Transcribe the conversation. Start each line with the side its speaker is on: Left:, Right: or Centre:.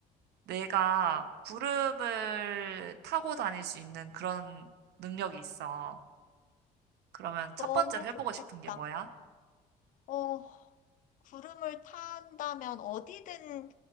Right: 내가 구름을 타고 다닐 수 있는 그런 능력이 있어. 그러면 첫
Left: 너무
Right: 번째로 해보고
Left: 좋겠다.
Right: 싶은 게 뭐야?
Left: 어, 구름을 탄다면 어디든